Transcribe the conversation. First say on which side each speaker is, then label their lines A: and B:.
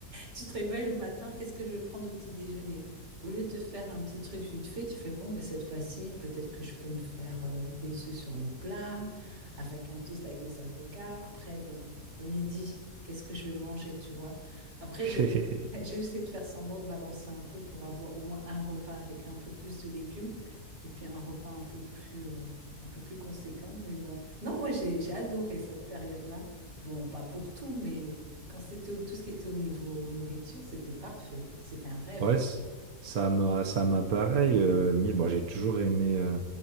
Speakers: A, on the right; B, on the right.
A: Tu te réveilles le matin, qu'est-ce que je vais prendre au petit déjeuner? Au lieu de te faire un petit truc vite fait, tu fais, bon, ben, cette fois-ci, peut-être que je peux me faire euh, des œufs sur le plat, avec un toast avec des avocats. Après, bon, le midi, qu'est-ce que je vais manger, tu vois? Après,
B: <laughs>
A: j'étais- <laughs> j'essaie de faire semblant de balancer un peu pour avoir au moins un repas avec un peu plus de légumes et puis un repas un peu plus, euh, un peu plus conséquent. Mais bon, non, moi, j'ai j'ai adoré cette période-là. Bon, pas pour tout, mais quand c'était au- tout ce qui était au niveau nourriture, c'était parfait. hein. C'était un rêve.
B: Ouais, c- ça m'a, ça m'a pareil. euh, mis, bon, j'ai toujours aimé euh,